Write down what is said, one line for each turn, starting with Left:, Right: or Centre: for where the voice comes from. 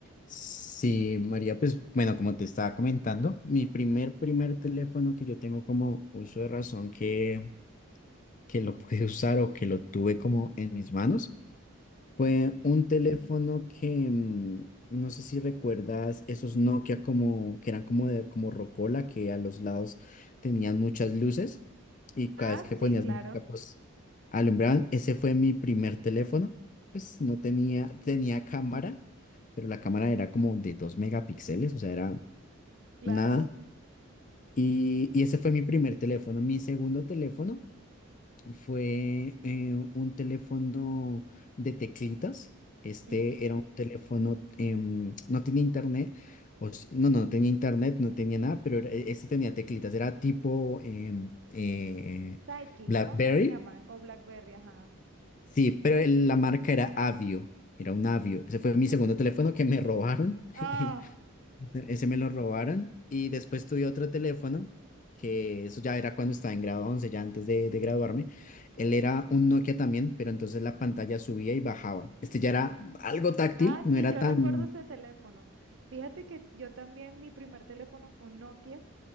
Left: Sí, María, pues bueno, como te estaba comentando, mi primer, primer teléfono que yo tengo como uso de razón que, que lo pude <laughs> usar o que lo tuve como en mis manos fue
Right: Ujú.
Left: un teléfono que, mm, no sé si recuerdas, esos Nokia como, que eran como de, como rocola, que a los lados tenían muchas luces y
Right: Ah,
Left: cada vez que
Right: sí,
Left: ponías
Right: claro,
Left: música, pues alumbraban. Ese fue mi primer teléfono. Pues no tenía, tenía cámara, pero la cámara era como de 2 megapíxeles, o sea, era
Right: claro.
Left: nada. Y, y ese fue mi primer teléfono. Mi segundo teléfono fue eh, un teléfono de teclitas. Este
Right: Ujú.
Left: era un teléfono, em, no tenía internet, o, s- no, no, no tenía internet, no tenía nada, pero era- e- este tenía teclitas, era tipo em, eh,
Right: Sidekick,
Left: BlackBerry.
Right: ¿no? ¿Qué se llama? O BlackBerry, ajá.
Left: Sí, pero el- la marca era Avio, era un Avio. Ese fue mi
Right: Oh.
Left: segundo teléfono que me robaron.
Right: Ujú.
Left: <laughs>
Right: Ah,
Left: Ese ese me lo robaron. Y después tuve otro teléfono, que eso ya era cuando estaba en grado 11, ya antes de, de graduarme. Él era un Nokia también, pero entonces la pantalla subía y bajaba. Este ya era algo táctil,
Right: ah,
Left: no
Right: sí,
Left: era
Right: yo
Left: tan...
Right: recuerdo ese teléfono. Fíjate que yo también, mi primer teléfono fue un Nokia